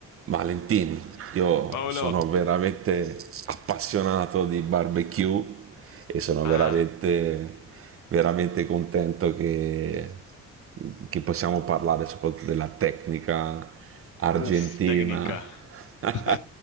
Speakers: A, on the right; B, on the left.
A: Valentin, io
B: Paolo,
A: sono veramente appassionato di barbecue e sono
B: ah,
A: veramente, veramente contento che, che possiamo parlare soprattutto della tecnica argentina
B: uff, tecnica.
A: <laughs>
B: <laughs>